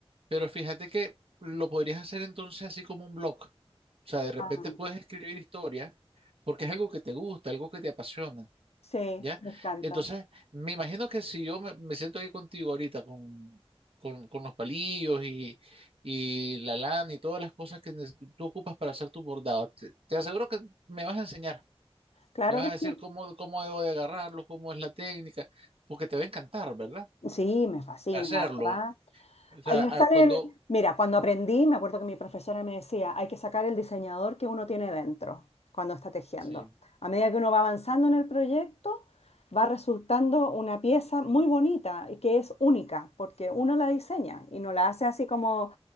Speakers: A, on the right (about 65°); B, on the left (about 80°).
A: pero fíjate que lo podrías hacer entonces así como un blog. O sea, de repente
B: Ah,
A: puedes escribir historia porque es algo que te gusta, algo que te apasiona,
B: Sí,
A: ¿ya?
B: me encanta.
A: Entonces, me imagino que si yo me, me siento ahí contigo ahorita con, con, con los palillos y, y la lana y todas las cosas que neces- tú ocupas para hacer tu bordado, te te aseguro que me vas a enseñar.
B: Claro
A: Me vas
B: que
A: a decir
B: sí.
A: cómo, cómo debo de agarrarlo, cómo es la técnica, porque te va a encantar, ¿verdad?
B: Sí, me fascina,
A: Hacerlo.
B: la verdad.
A: O sea,
B: Ahí
A: a-
B: salen,
A: cuando,
B: mira, cuando aprendí, me acuerdo que mi profesora me decía, hay que sacar el diseñador que uno tiene dentro cuando está tejiendo.
A: sí,
B: A medida que uno va avanzando en el proyecto, va resultando una pieza muy bonita y que es única, porque uno la diseña y no la hace así como,